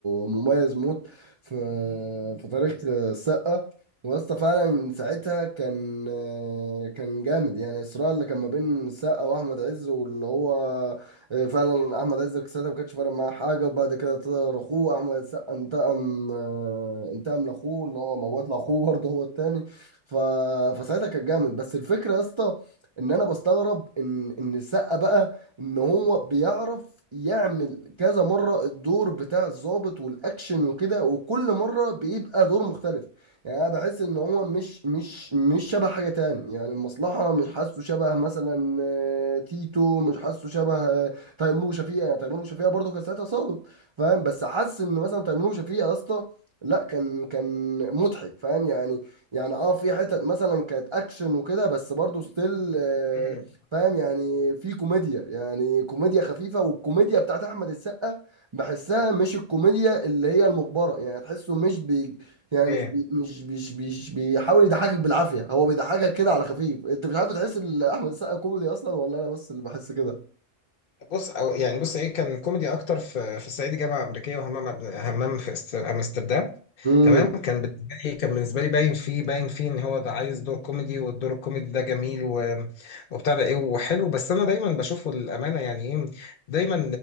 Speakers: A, on the right; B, on the left.
A: مميز موت في في تاريخ السقا ويا اسطى فعلا ساعتها كان كان جامد يعني الصراع اللي كان ما بين السقا واحمد عز واللي هو فعلا احمد عز ساعتها ما كانش فارق معاه حاجه وبعد كده طلع اخوه احمد السقا انتقم انتقم لاخوه ان هو موت لاخوه برضه هو التاني ف... فساعتها كان جامد بس الفكره يا اسطى ان انا بستغرب ان ان السقا بقى ان هو بيعرف يعمل كذا مرة الدور بتاع الضابط والاكشن وكده وكل مرة بيبقى دور مختلف يعني انا بحس ان هو مش مش مش شبه حاجة تاني يعني المصلحة مش حاسه شبه مثلا آه، تيتو مش حاسه شبه آه، تيمور وشفيقة يعني تيمور وشفيقة برضه كان ساعتها ظابط فاهم بس حاسس ان مثلا تيمور وشفيقة يا اسطى لا كان كان مضحك فاهم يعني يعني اه في حتت مثلا كانت اكشن وكده بس برضو ستيل
B: مم.
A: فاهم يعني في كوميديا يعني كوميديا خفيفه والكوميديا بتاعت احمد السقا بحسها مش الكوميديا اللي هي المجبره يعني تحسه مش بي يعني
B: اوكي.
A: مش بي مش مش مش بيحاول يضحكك بالعافيه هو بيضحكك كده على خفيف انت مش عارف تحس ان احمد السقا كوميدي اصلا ولا انا بس اللي بحس كده
B: بص أو يعني بص ايه كان كوميدي اكتر في في الصعيدي جامعه امريكيه وهمام عبد- همام في است- امستردام
A: امم
B: تمام كان بالنسبه لي كان بالنسبه لي باين فيه باين فيه ان هو ده عايز دور كوميدي والدور الكوميدي ده جميل و... وبتاع ده ايه وحلو بس انا دايما بشوفه الامانه يعني ايه دايما